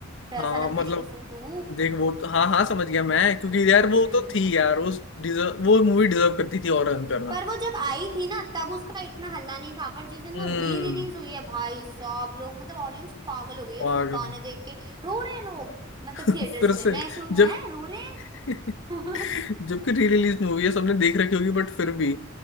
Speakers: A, on the right; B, on the left.
A: तो
B: हाँ
A: सनम
B: मतलब
A: तेरी कसम टू
B: देख वो तो हाँ हाँ समझ गया मैं क्योंकि
A: हम्म
B: यार वो तो थी यार उस डिजर्व वो मूवी डिजर्व करती थी और रन करना
A: पर वो जब आई थी ना तब उसका इतना हल्ला नहीं था पर जिस दिन
B: हम्म
A: वो री रिलीज हुई है भाई साहब लोग मतलब ऑडियंस पागल हो गई है
B: पागल
A: उसके गाने देख के रो रहे हैं लोग मतलब
B: <laughs>
A: थिएटर्स
B: फिर
A: में
B: से
A: मैं ऐसे हुई है
B: जब
A: रो रहे
B: <laughs>
A: हैं <laughs>
B: जबकि री रिलीज मूवी है सबने देख रखी होगी बट फिर भी